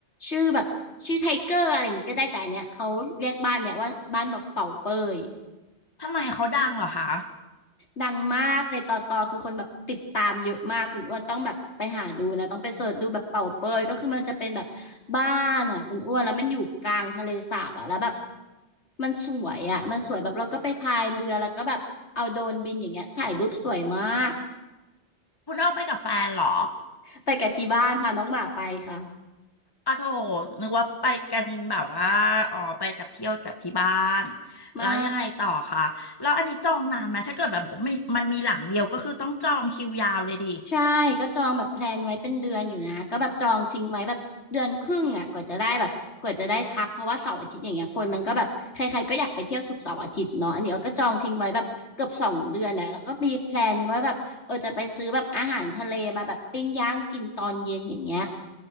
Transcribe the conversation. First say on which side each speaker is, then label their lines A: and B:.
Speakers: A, on the left (about 70°); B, on the left (about 20°).
A: ชื่อแบบชื่อไทเกอร์อะไรอย่างเงี้ยก็ได้แต่อันเนี้ยเขาเรียกบ้านเนี้ยว่าบ้านแบบเป่าเป้ย
B: ทำไมเขาดังเหรอคะ
A: ดังมากในตอตอคือคนแบบติดตามเยอะมากคุณอ้วนต้องแบบไปหาดูนะต้องไปเสิร์ชดูแบบเป่าเปยก็คือมันจะเป็นแบบบ้านอ่ะคุณอ้วนแล้วมันอยู่กลางทะเลสาบอ่ะแล้วแบบมันสวยอ่ะมันสวยแบบเราก็ไปพายเรือแล้วก็แบบเอาโดรนบินอย่างเงี้ยถ่ายรูปสวยมาก
B: คุณอ้อไปกับแฟนเหรอ
A: ไปกับที่บ้านพาน้องหมาไปค่ะ
B: อ๋อโถนึกว่าไปกันแบบว่าอ๋อไปกับเที่ยวกับที่บ้าน
A: ไม่
B: แล้วยังไงต่อคะแล้วอันนี้จองนานไหมถ้าเกิดแบบบอกมีมันมีหลังเดียวก็คือต้องจองคิวยาวเลยดิ
A: ใช่ก็จองแบบแพลนไว้เป็นเดือนอยู่นะก็แบบจองทิ้งไว้แบบเดือนครึ่งอ่ะกว่าจะได้แบบกว่าจะได้พักเพราะว่าเสาร์อาทิตย์อย่างเงี้ยคนมันก็แบบใครๆก็อยากไปเที่ยวศุกร์เสาร์อาทิตย์เนาะอันนี้เราก็จองทิ้งไว้แบบเกือบสองเดือนนะแล้วก็มีแพลนไว้แบบเออจะไปซื้อแบบอาหารทะเลมาแบบปิ้งย่างกินตอนเย็นอย่างเงี้ย